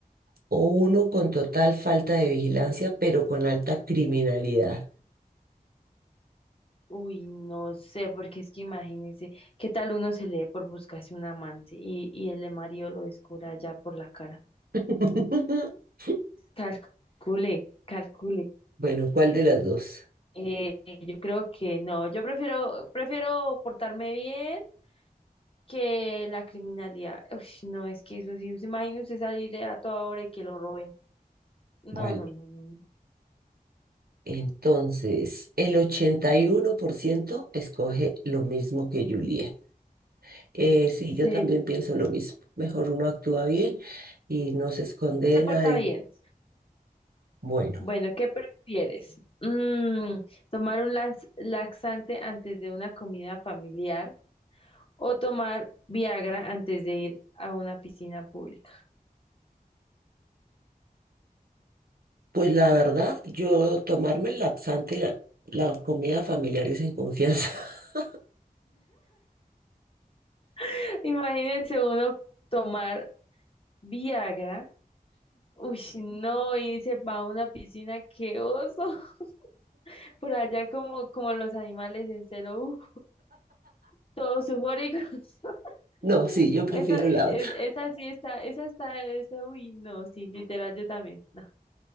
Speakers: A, on the right; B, on the left.
A: o uno con total falta de vigilancia, pero con alta criminalidad.
B: Uy, no sé, porque es que imagínese, ¿qué tal uno se lee por buscarse un amante y, y el de Mario lo descubra ya por la cara?
A: <laughs>
B: Calcule, calcule.
A: Bueno, ¿cuál de las dos?
B: Eh, yo creo que no, yo prefiero, prefiero portarme bien que la criminalidad. Uy, no, es que eso sí, imagínese salir a toda hora y que lo roben. No,
A: Vale,
B: no, no, no. no.
A: entonces el 81% escoge lo mismo que Juliet. Eh, sí,
B: Sí,
A: yo también pienso lo mismo. Mejor uno actúa bien y no se esconde
B: se
A: de
B: porta
A: nadie.
B: bien.
A: Bueno,
B: Bueno, ¿qué prefieres? Mm, ¿tomar un lax- laxante antes de una comida familiar o tomar Viagra antes de ir a una piscina pública?
A: pues la verdad, yo tomarme el laxante la, la comida familiar es en confianza. <laughs>
B: <laughs> Imagínense uno tomar Viagra. Uy, no, y se va a una piscina, qué oso. <laughs> Por allá como, como los animales en celo, uh, todos sufóricos. <laughs>
A: No, sí, yo prefiero
B: Esa, es-
A: la otra.
B: esa sí está, esa está, esa, uy, no, sí, literal, yo también. No,